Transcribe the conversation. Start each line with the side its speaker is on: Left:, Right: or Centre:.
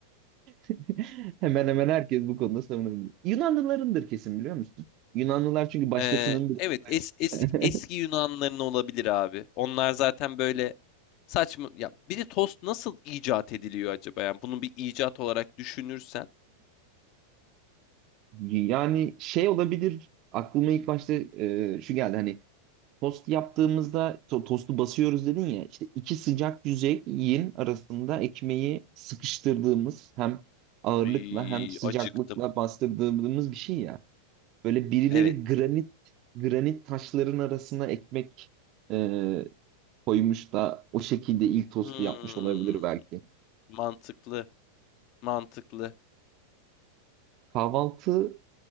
Right: <laughs> Hemen hemen herkes bu konuda savunabilir. Yunanlılarındır kesin biliyor musun? Yunanlılar çünkü başkasının
Left: Ee,
Right: bir...
Left: evet es, es-
Right: <laughs>
Left: eski Yunanların olabilir abi. Onlar zaten böyle saçma. Ya bir de tost nasıl icat ediliyor acaba? Yani bunu bir icat olarak düşünürsen.
Right: Yani şey olabilir aklıma ilk başta e, şu geldi hani tost yaptığımızda to- tostu basıyoruz dedin ya işte iki sıcak yüzeyin arasında ekmeği sıkıştırdığımız hem ağırlıkla
Left: Ay
Right: hem sıcaklıkla
Left: acıktım.
Right: bastırdığımız bir şey ya. Böyle birileri
Left: Evet.
Right: granit granit taşların arasına ekmek e, koymuş da o şekilde ilk tostu
Left: Hmm,
Right: yapmış olabilir belki.
Left: mantıklı. Mantıklı.
Right: Kahvaltı